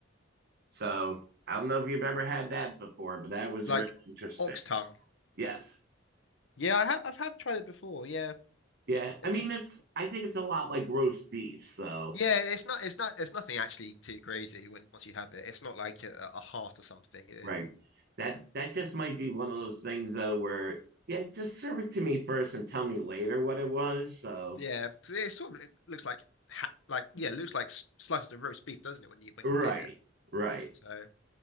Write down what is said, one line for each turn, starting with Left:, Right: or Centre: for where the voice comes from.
Right: So I don't know if you've ever had that before, but that was
Left: like
Right: really interesting.
Left: ox tongue.
Right: Yes.
Left: Yeah, I have I've have tried it before. Yeah,
Right: Yeah.
Left: it's
Right: I mean, it's, I think it's a lot like roast beef. So
Left: yeah, it's not it's not it's nothing actually too crazy when once you have it. It's not like a, a heart or something.
Right: Right. That that just might be one of those things though where yeah, just serve it to me first and tell me later what it was. So
Left: Yeah, 'cause it sort of it looks like ha- like yeah, it looks like s- slices of roast beef, doesn't it? When you when
Right: right,
Left: you get it.
Right: right.
Left: So